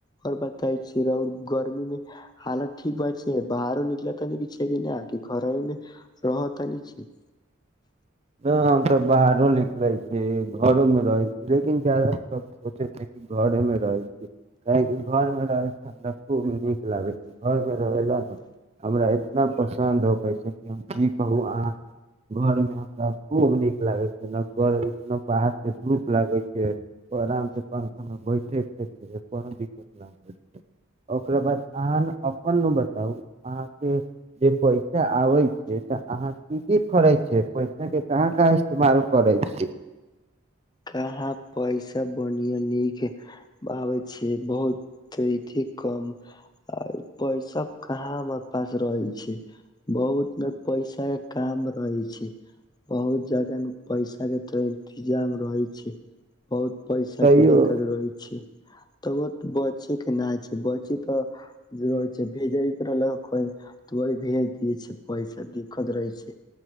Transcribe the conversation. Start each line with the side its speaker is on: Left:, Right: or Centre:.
Left: आओर बताै छियर गर्मी मे हालत ठीक बात छैय बाहरो निकल त छैय कि नहि घर मे रहऽ त न छैय
Right: ह हम त बाहरो निकले छी घरो मे रह लेकिन जााद क सोचै छी कि घरेमे रहै छी काहेकि घरमे रहै छैय हमरा खूब नीक लागै छैय घरमे रह ला ने हमरा इतना पसन्द होकै छैय कि हम की कहू अहाँके घरमे हम नहि खूब नीक लागै छैय ने गर नहि बाहरसँ धूप लागै छैय ओ आरामसँ पङ्खामे बैठैके कोनो दिक्कत नहि होइ छैय ओकरा बाद अहाँ ने अपन ने बताउ अहाँके जे पैसा आबै छैय तऽ अहाँ की की करै छैय पैस के कहाँ काँ इस्तेमाल करै छी
Left: कहाँ पैसा बढ़िया नीक आबै छै बहुत अ कम आ पैसा कहाँ हमर पास रहे छै बहुत ने पैसा काम रहे छै बहुत जगह ने पैसा के तो इंतजाम रहे छै बहुत पैसा
Right: तैयो
Left: के दिक्कत रहै छै तऽ ओ बचे के नहि छै बचे तऽ छै भेजैके रहलक कोइ तऽ वह भेज दियै छै पैसा दिक्कत रहै छै